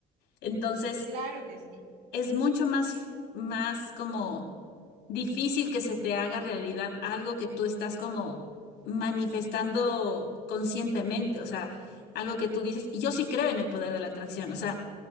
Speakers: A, on the left; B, on the right.
A: Entonces,
B: claro que sí.
A: es mucho más, más como difícil que se te haga realidad algo que tú estás como manifestando conscientemente, o sea, algo que tú dices, y yo sí creo en el poder de la atracción, o sea,